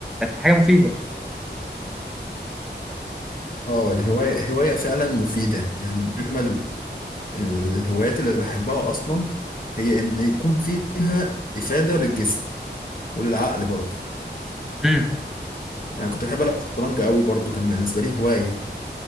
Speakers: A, in the centre; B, on the left (about 50°).
A: في حاجة مفيدة
B: اه الهوايه هوايه فعلا مفيده يعني من اجمل الهوايات اللي بحبها اصلا هي ان يكون فيها افاده للجسم وللعقل برضه
A: امم
B: يعني كنت بحب العب شطرنج قوي برضه كان بالنسبه لي هوايه